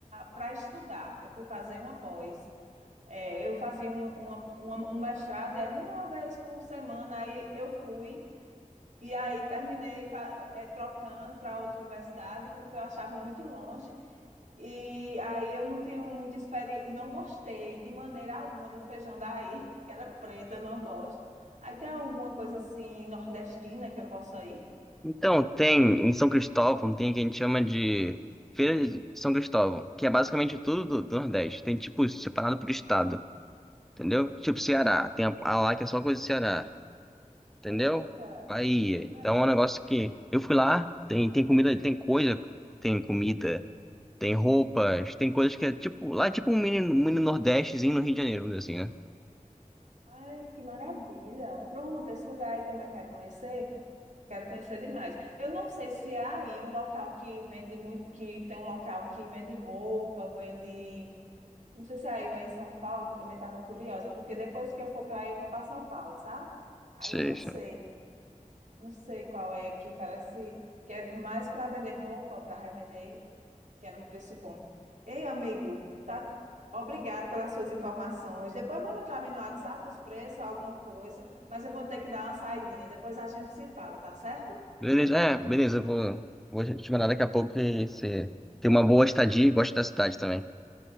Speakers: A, on the right (about 65°); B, in the centre.
A: para estudar, eu fui fazer uma pós. É, eu fazia um, uma- uma- um mestrado, era uma vez por semana, aí eu fui. E aí terminei fa- eh, trocando para outra universidade, porque eu achava muito longe. E aí eu não tenho muita experiência, não gostei de maneira alguma do feijão daí, <laughs> que era preto, eu não gosto. Aí tem alguma coisa assim nordestina que eu possa ir?
B: Então, tem em São Cristóvão, tem o que a gente chama de Feira de São Cristóvão, que é basicamente tudo do, do Nordeste. Tem, tipo, separado por estado, entendeu? Tipo, Ceará. Tem a, a lá que é só coisa do Ceará, entendeu?
A: Eita,
B: Bahia.
A: que maravilha.
B: Então, é um negócio que... Eu fui lá, tem, tem comida, tem coisa, tem comida, tem roupas, tem coisas que é, tipo... Lá é tipo um mini, um mini Nordestezinho no Rio de Janeiro, vamos dizer assim, né?
A: Ai, que maravilha. Pronto, esse lugar aí também eu quero conhecer. Quero conhecer demais. Eu não sei se há aí um local que vende muito, que tem um local que vende roupa, vende. Não sei se é aí ou é em São Paulo, que eu também estava curiosa, porque depois que eu for para aí, eu vou para São Paulo, sabe? Aí
B: Sim
A: eu não
B: Sim,
A: sei. Não sei qual é, que parece que é mais para vender roupa, para revender, que era um preço bom. Ei, amigo, tá... obrigado pelas suas informações. Depois manda para mim no WhatsApp os preços, alguma coisa, mas eu vou ter que dar uma saidinha. Depois a gente se fala, tá certo?
B: Beleza, é, beleza, eu vou, vou te mandar daqui a pouco e você tem uma boa estadia e gosta da cidade também.